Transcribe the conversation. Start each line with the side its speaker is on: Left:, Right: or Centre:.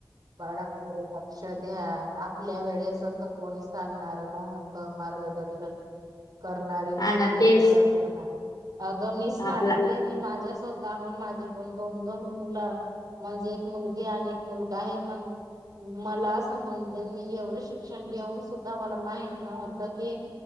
Right: बाळा लक्ष द्या आपल्या वेळेस तसं. कोणी सांगणार नव्हत मार्गदर्शन करणारे नव्हते
Left: हां ना, तेच
Right: परत अगं मी सांगते
Left: आपला
Right: मी माझ्या स्व स्वतःहून माझे पण दोन, दोन मुलं म्हणजे एक मुलगी आणि एक मुलगा आहे पण मला समजलं, मी एवढं शिक्षण घेऊन सुद्धा मला माहित नव्हत की